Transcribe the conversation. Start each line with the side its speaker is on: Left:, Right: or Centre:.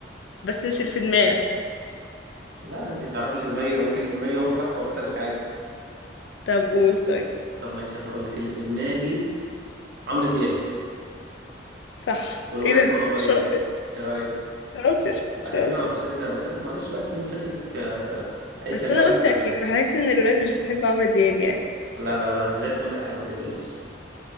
Left: بس مش اللي في دماغك
Right: لا انت تعرفي اللي في دماغي ما يمكن اللي في دماغي هو الصح واكسبك عادي
Left: طب قول طيب
Right: طب ماشي انا هقول لك اللي في دماغي عمرو دياب
Left: صح
Right: والاغنيه
Left: ايه ده
Right: اسمها قمرين
Left: شاطر
Right: ايه رايك
Left: شاطر
Right: لا
Left: شاطر
Right: عيب بقى قلت لك انا قلت لك معلش بقى انت إنت شكلك آه، اي
Left: بس
Right: كلام
Left: أنا قلت
Right: طبعا
Left: أكيد بحس إن الولاد مش بتحب عمرو دياب يعني
Right: لا لا لا انا ليا في كل حاجه ما تقلقيش